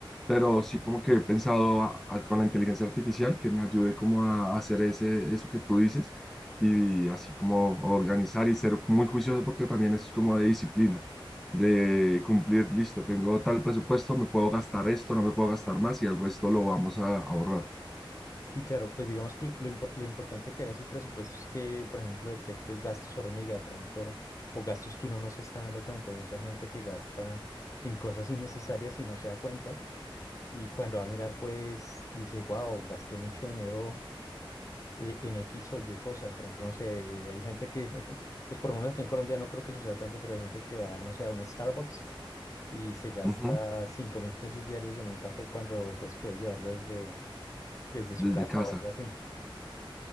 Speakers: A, in the centre; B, on the left.
A: pero sí como que he pensado a- a- con la inteligencia artificial que me ayude como a hacer ese, eso que tú dices y así como organizar y ser muy juicioso porque también eso es como de disciplina, de cumplir, listo, tengo tal presupuesto, me puedo gastar esto, no me puedo gastar más y el resto lo vamos a ahorrar
B: Sí, claro, pues digamos que lo, lo impor- lo importante que hagas el presupuesto es que, por ejemplo, detectes gastos hormiga de pronto o gastos que uno no se está dando cuenta. Hay mucha gente que gasta en cosas innecesarias y no se da cuenta. Y cuando va a mirar, pues dice, wow, gasté mucho dinero eh, en X o Y cosa. Por ejemplo, no sé, hay gente que, <laughs> pues por lo menos aquí en Colombia no creo que suceda tanto, pero hay gente que va, no sé, a un Starbucks y se gasta
A: Ujú,
B: cinco mil pesos diarios en un café cuando pues puede llevarlo desde, desde su
A: desde
B: casa
A: casa.
B: o algo así.